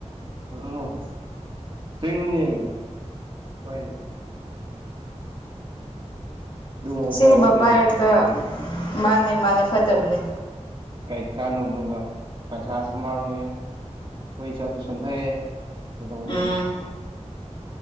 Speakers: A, on the right; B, on the left.
A: ꯑ ꯁꯉꯅꯤ ꯐ ꯑꯗꯨꯒꯨꯝꯕ
B: ꯁꯤꯒꯨꯝꯕ
A: ꯄꯥꯏꯕꯁꯦ
B: ꯄꯥꯏꯔꯒ
A: ꯌꯥꯝ ꯐꯠꯇꯕꯅꯦꯕ
B: ꯃꯥꯅꯦ ꯃꯥꯅꯦ ꯐꯠꯇꯕꯅꯦ
A: ꯔꯤꯛ ꯆꯥꯅꯕꯅꯕ ꯄꯩꯁꯥꯁꯨ ꯃꯥꯡꯉꯦ ꯑꯩꯈꯣꯏ ꯏꯆꯥꯁꯨ ꯁꯣꯟꯊꯩꯑꯦ ꯀꯩꯗꯧꯅꯤ
B: ꯎꯝ